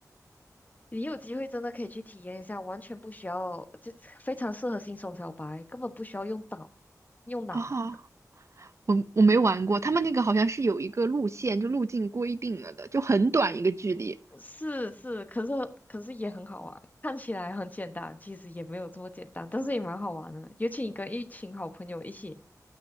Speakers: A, on the left; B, on the right.
A: 你有机会真的可以去体验一下，完全不需要，就非常适合新手小白，根本不需要用脑，用脑。
B: 啊，我我没玩过。他们那个好像是有一个路线，就路径规定了的，就很短一个距离。
A: 是是，可是可是也很好玩，看起来很简单，其实也没有这么简单，但是也蛮好玩的。
B: 嗯
A: 尤其你跟一群好朋友一起，